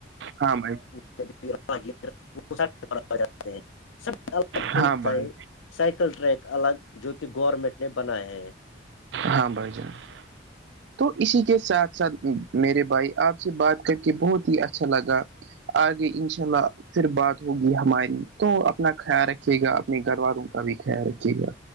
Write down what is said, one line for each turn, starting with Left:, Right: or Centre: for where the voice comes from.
Right: ہاں بھائی
Left: اتب سے
Right: ہاں بھائی
Left: سائیکل ٹریک الگ جو کہ گورنمنٹ نے بنایا ہے
Right: ہاں بھائی جان
Left: <unintelligible>
Right: تو اسی کے ساتھ ساتھ میرے بھائی آپ سے بات کر کے بہت ہی اچھا لگا آگے انشاء اللہ پھر بات ہوگی ہماری تو اپنا خیال رکھیے گا اپنے گھر والوں کا بھی خیال رکھیے گا